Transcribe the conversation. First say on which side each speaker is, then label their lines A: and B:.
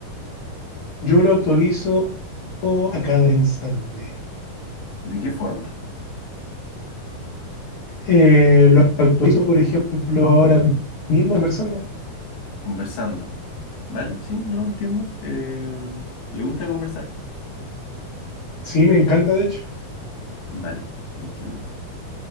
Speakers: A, on the left (about 40°); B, on the left (about 90°).
A: Yo lo actualizo a cada instante.
B: ¿De qué forma?
A: Eh, lo actualizo, por ejemplo, ahora mismo conversando.
B: Conversando. ¿Vale? Sí, no entiendo. Eh, ¿le gusta conversar?
A: Sí, me encanta, de hecho.
B: Vale, entiendo.